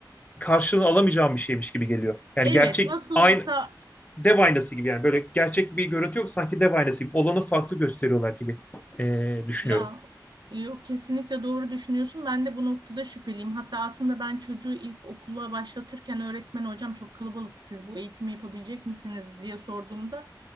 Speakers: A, on the left; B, on the right.
A: karşılığını alamayacağım bir şeymiş gibi geliyor. Yani
B: Evet
A: gerçek
B: nasıl
A: aynı
B: olsa
A: dev aynası gibi yani böyle gerçek bir görüntü yok sanki dev aynası gibi olanı farklı gösteriyorlar gibi e, düşünüyorum.
B: Ya yok kesinlikle doğru düşünüyorsun. Ben de bu noktada şüpheliyim. Hatta aslında ben çocuğu ilk okula başlatırken öğretmen hocam çok kalabalık siz bu eğitimi yapabilecek misiniz diye sorduğumda